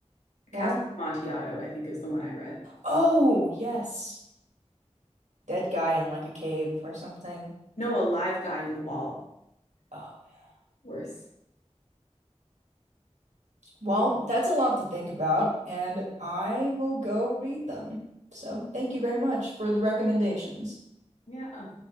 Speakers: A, on the right; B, on the left.
A: Well,
B: Cask of Amontillado, I think is the one I read.
A: oh, yes. Dead guy in like a cave or something.
B: No, a live guy in the wall.
A: Oh, yeah.
B: Worse.
A: Well, that's a lot to think about, and I will go read them. So, thank you very much for the recommendations.
B: Yeah.